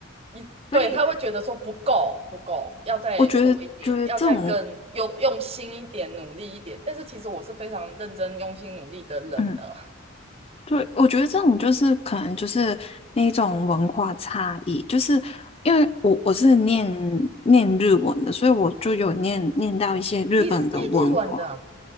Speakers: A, on the right; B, on the left.
A: 你对他会觉得说不够不够，
B: 所以
A: 要再多一点，
B: 我觉得觉得这种。
A: 要再更用用心一点，努力一点。但是其实我是非常认真用心努力的人的。
B: 嗯。对，我觉得这种就是可能就是那种文化差异，就是因为我我是念念日文的，所以我就有念念到一些日本的文化。
A: 你是念日文的啊？